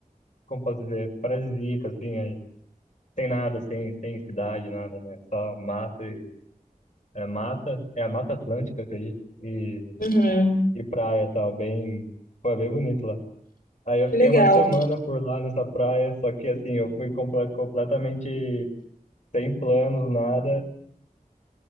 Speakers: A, on the left (about 55°); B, on the left (about 85°).
A: como posso dizer, paradisíaca, assim, é, sem nada, assim, sem cidade, nada, né? Só mato e. É mata, é a Mata Atlântica, acredito, e,
B: Uhum,
A: e praia e tal, bem. Pô, é bem bonito lá. Aí eu
B: que
A: fiquei
B: legal.
A: uma semana por lá nessa praia, só que, assim, eu fui comple- completamente sem planos, nada.